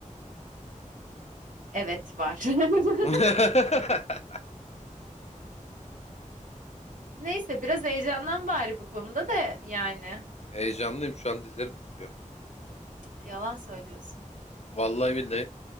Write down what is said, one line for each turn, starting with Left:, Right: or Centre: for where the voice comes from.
Right: Evet var. <laughs>
Left: <laughs>
Right: Neyse biraz heyecandan bari bu konuda da yani.
Left: Heyecanlıyım şu an dizlerim titriyor.
Right: Yalan söylüyorsun.
Left: Vallahi billahi.